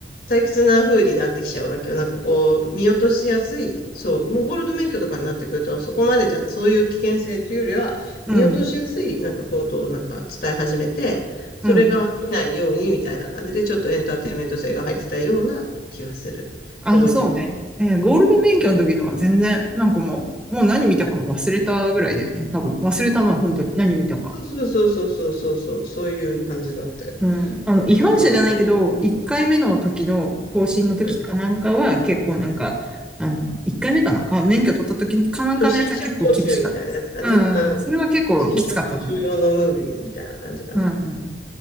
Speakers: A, on the left (about 55°); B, in the centre.
A: 退屈な風になってきちゃうわけよ。なんかこう、見落としやすい。そう、もうゴールド免許とかになってくると、そこまでじゃん。そういう危険性というよりは、
B: うん、
A: 見落としやすい、なんかことをなんか伝え始めて、それが飽きないようにみたいな感じで、
B: うん。
A: ちょっとエンターテインメント性が入ってたような気はする。
B: あ、
A: 覚えてる。
B: そうね。えーゴールド免許の時とか全然、なんかもう、もう何見たかも忘れたぐらいだよね。多分。忘れたのは本当に何見たか。
A: そうそうそうそうそうそう、そういう感じだったよ。
B: うん。あの、違反者じゃないけど、
A: だからまあ、
B: 1回目の時の更新の時かなんかは結構なんか、
A: うん。
B: あの、1回目かなんか、免許取った時かなんかのやつは結構厳しかった。
A: 初心者講習みたいなやつかね。
B: うんうん。
A: うん。
B: それは結構きつかったと思う。
A: 初心者講習用のムービーみたいな感じかな。
B: うんうん。